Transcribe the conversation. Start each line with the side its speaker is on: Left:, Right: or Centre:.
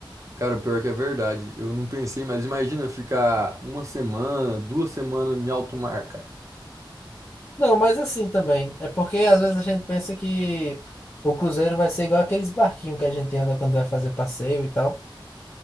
Right: Cara, pior que é verdade. Eu não pensei, mas imagina ficar uma semana, duas semanas em alto mar, cara.
Left: Não, mas assim também. É porque às vezes a gente pensa que o cruzeiro vai ser igual aqueles barquinhos que a gente anda quando vai fazer passeio e tal.